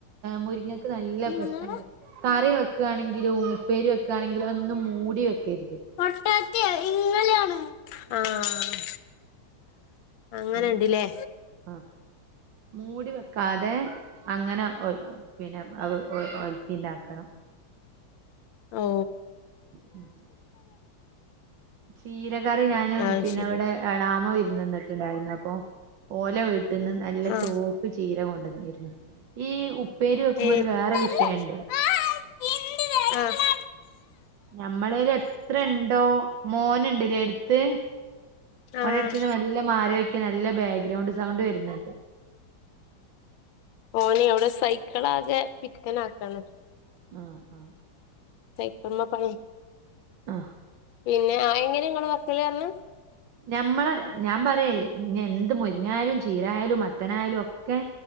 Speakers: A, on the right; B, on the left.
A: മുരിങ്ങക്ക് നല്ല
B: നിങ്ങള്
A: പ്രശ്നയിണ്ട് കറി വെക്കുവാണെങ്കിലും ഉപ്പേരി വെക്കുവാണെങ്കിലും ഒന്നും മൂടി വെക്കരുത്.
B: പൊട്ടത്തി ഇങ്ങെനെയാണ് ആഹ് അങ്ങനുയ്ണ്ടല്ലേ.
A: ആഹ് ആഹ്. മൂടി വെക്കാതെ അങ്ങനെ പിന്നെ അത് ഒലത്തി ഇണ്ടാക്കണം.
B: ഓ
A: <unintelligible> ചീരകറി ഞാന്
B: അത്
A: പിന്നെ
B: ശരി
A: ഇവിടെ എളാമ വിരുന്ന് വന്നിട്ടുണ്ടായിരുന്നു അപ്പൊ- ഓല വീട്ട്ന്ന് നല്ല
B: ആഹ്
A: ചോപ്പ് ചീര കൊണ്ടുവന്നാരുന്നു ഈ ഉ- ഉപ്പേരി വെക്കുമ്പോ
B: ഏഹ്
A: ഒരു വേറെ വിഷയുണ്ട്
B: ആഹ്
A: ഞമ്മളെ കൈയില് എത്ര ഇണ്ടോ മോനുണ്ടല്ലേ എടുത്ത്.
B: ആഹ്
A: ഓന്റെ അടുത്ത് നിന്ന് മെല്ല മാറി നിക്ക് നല്ല ബാക്ക്ഗ്രൗണ്ട് സൗണ്ട് വരുന്നുണ്ട്.
B: ഓനെ അവിടെ സൈക്കിളാകെ പിത്തന് ആക്കാണ്.
A: ആഹ് ആഹ്.
B: സൈക്കിളുംമേ പണിയാ
A: ആഹ്
B: പിന്നെ ആ എങ്ങനെ നിങ്ങള് വെക്കല് പറഞ്ഞ്
A: ഞമ്മള് ഞാൻ പറയുവെ എന്ത് മുരിങ്ങായാലും ചീരായാലും മത്തനായാലും ഒക്കെ.